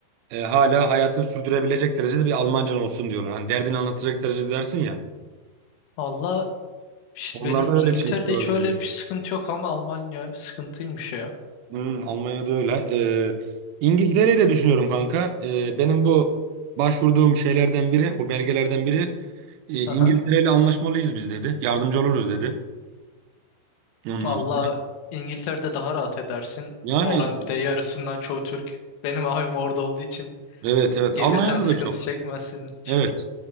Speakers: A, on the right; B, on the left.
A: e, hala hayatını sürdürebilecek derecede bir Almancan olsun diyorlar. Hani derdini anlatacak derecede dersin ya.
B: Valla işte
A: Onlardan
B: benim İngiltere'de
A: öyle bir şey istiyorlar
B: hiç
A: diye
B: öyle bir sıkıntı yok ama Almanya sıkıntıymış ya.
A: Hmm, Almanya'da öyle. Ee, İngiltere'de düşünüyorum kanka. Ee, benim bu başvurduğum şeylerden biri, o belgelerden biri e, İngiltere
B: Aha.
A: ile anlaşmalıyız biz dedi. Yardımcı oluruz dedi. Ondan
B: Valla
A: sonra.
B: İngiltere'de daha rahat edersin.
A: Yani
B: Oranın bir de yarısından çoğu Türk. Benim abim orada olduğu için.
A: evet evet
B: Gelirsen
A: Almanya'da
B: sıkıntı
A: da çok.
B: çekmezsin hiç.
A: Evet.